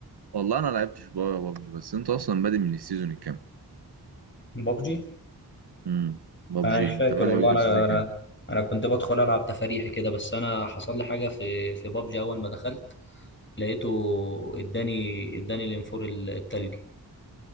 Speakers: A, on the right; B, on the left.
A: والله انا لعبتش بابجي بس انت اصلا بادئ من السيزون الكام
B: بابجي
A: امم بابجي
B: انا مش
A: انت
B: فاكر
A: بادئ
B: والله
A: من
B: انا
A: السيزون
B: انا
A: الكام
B: انا كنت بدخل العب تفاريحي كده بس انا حصل لي حاجه في في بابجي اول ما دخلت لقيته اداني اداني الانفور التلجي